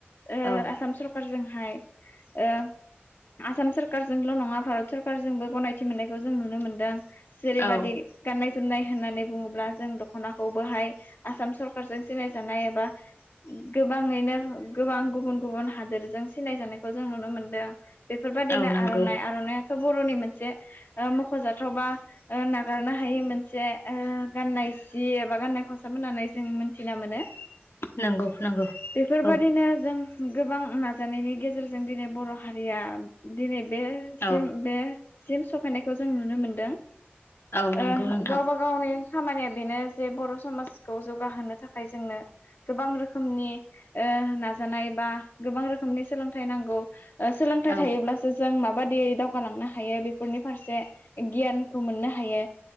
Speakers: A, on the left; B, on the left.
A: ओ
B: औ
A: आसाम सरखार जोंहाय ओ आसाम सर कार जोंल' नंङा भारत सोरखारजोंबो गनाय थि मोननायखौ जों नुनो मोन दों जेरैबादि
B: औ
A: गाननाय जोमनाय होननानै बुंङोब्ला जों दख'नाखौबोहाय आसाम सरखारजों सिनायजानाय एबा गोबांङैनो गोबां गुबुन गुबुन हादोरजों सिनायजानायखौ जों नुनो मोनदों बेफोरबायदिनो
B: औ नंगौ
A: आर'नाइ आर'नाइआथ' बर'नि मोनसे ओ मख'जाथावबा नागारनो हायै मोनसे ओ गाननाय सि एबा गाननाय खसा साफ होननानै जों मोनथिना मोनो बेफोरबायदिनो
B: नंगौ नंगौ औ
A: जों गोबां नाजानायनि गेजेरजों दिनै बर' हारिया दिनै बेसिम
B: औ
A: बेसिम सौफैनायखौ जो जों नुनो मोनदों
B: औ नंगौ
A: ओ
B: नोंथां
A: गावबा गावनि खामानिया बेनो जे बर' समाजखौ जौगाहोनो थाखाय जोंनो गोबां रोखोमनि ओ नाजानाय बा गोबां रोखोमनि सोलोंथाइ नांगौ ओ सोलोंथाइ
B: औ
A: थायोब्लासो जों माबा बादियै दावगालांना हायो बेफोरनि फारसे गियानखौ मोननो हायो